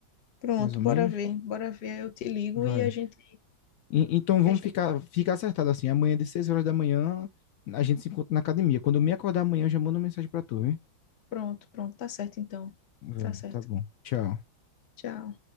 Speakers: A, on the left; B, on the left.
A: Pronto,
B: mais ou
A: bora
B: menos.
A: ver. Bora ver, eu te ligo
B: Vai.
A: e a gente,
B: E- então
A: e
B: vamos
A: a gente...
B: ficar, ficar acertado assim. Amanhã de 6 horas da manhã a gente se encontra na academia. Quando eu me acordar amanhã, eu já mando uma mensagem pra tu, hein?
A: Pronto, pronto, tá certo então.
B: Vai,
A: Tá certo.
B: tá bom. Tchau.
A: Tchau.